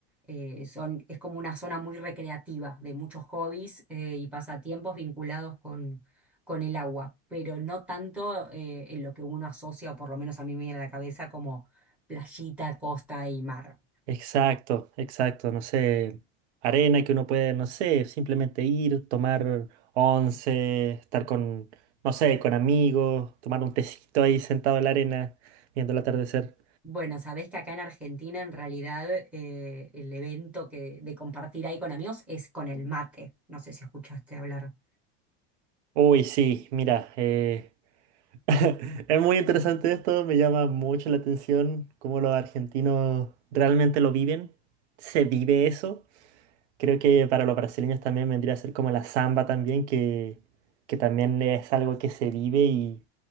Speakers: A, in the centre; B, on the right (about 80°).
A: Eh, son, es como una zona muy recreativa de muchos hobbies eh, y pasatiempos vinculados con, con el agua, pero no tanto eh, en lo que uno asocia, o por lo menos a mí me viene a la cabeza, como playita, costa y mar.
B: exacto, exacto, no sé, arena que uno puede, no sé, simplemente ir, tomar once, estar con, no sé, con amigos, tomar un tecito ahí sentado en la arena, viendo el atardecer.
A: Bueno, sabés que acá en Argentina en realidad eh, el evento que, de compartir ahí con amigos es con el mate. No sé si escuchaste hablar.
B: Uy, sí, mira, eh, <laughs> es muy interesante esto, me llama mucho la atención cómo los argentinos realmente lo viven, se vive eso. Creo que para los brasileños también vendría a ser como la samba también, que, que también es algo que se vive y,